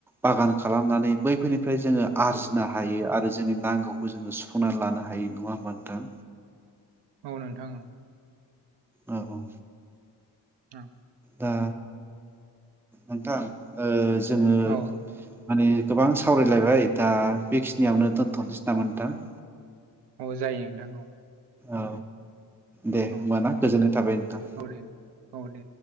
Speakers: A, in the centre; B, on the right.
A: बागान। खालामनानै बैफोरनिफ्राय जोङो आरजिनो हायो आरो जोंनि नांगौखौ जोङो सुफुंनानै लानो हायो नङा होमबा नोंथां।
B: औ नोंथां औ।
A: औ औ।
B: औ।
A: दा नोंथां। जोङो
B: औ
A: माने। गोबां सावरायलायबाय दा बेखिनियावनो दोन्थ'नोसै नामा नोंथां।
B: औ जायो नोंथां औ।
A: औ। दे होमबा
B: औ
A: ना गोजोननाय थाबाय नोंथां।
B: औ दे औ दे